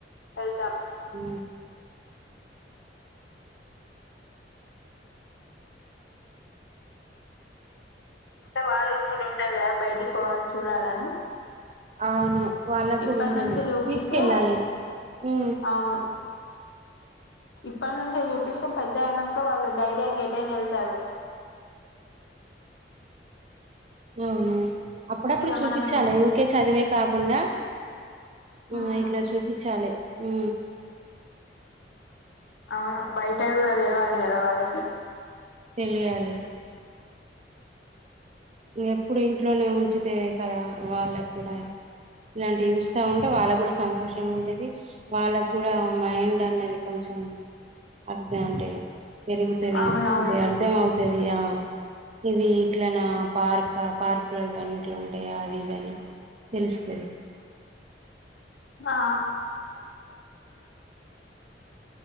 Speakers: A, on the left; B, on the right.
A: వెళ్తాం.
B: హు
A: అంటే వాళ్ళు కూడా ఉంటది కదా బయటి పోవాలి చూడాలని
B: అవును వాళ్ళకు
A: ఇప్పటి
B: కూడా ఉంటది
A: నుంచే చూపిస్తే
B: తీసుకెళ్ళాలి హు
A: అవును ఇప్పటి నుంచో చూపిస్తే పెద్ద అయినాక వాళ్ళు ధైర్యంగా ఎటైనా వెల్ తారు
B: అవును అప్పుడప్పుడు
A: ఇక
B: చూపించాలి
A: మనం ఎప్-
B: ఊకే చదువే కాకుండా హు
A: ఉమ్
B: ఇట్లా చూపిచ్చాలే హు
A: అవును బయటవి కూడా తెలవాలి కదా వాళ్ళకి
B: తెలియాలి ఎప్పుడు ఇంట్లోనే ఉంచుతే కదా వాళ్ళగూడ ఇలాంటి చూస్తా ఉంటే వాళ్ళ కూడా సంతోషంగా ఉంటేది వాళ్ళకు కూడా మైండ్ అన్నది కొంచెం అర్థం అంటే పెరుగుతుందిఅంటే
A: అవునవును
B: అర్థం అవుతుంది ఆ ఇది ఇట్లా నా పార్క్ పార్క్ లో ఇవన్నీ ఇట్లు ఉంటాయా అవి ఇవని తెలుస్తది
A: ఆ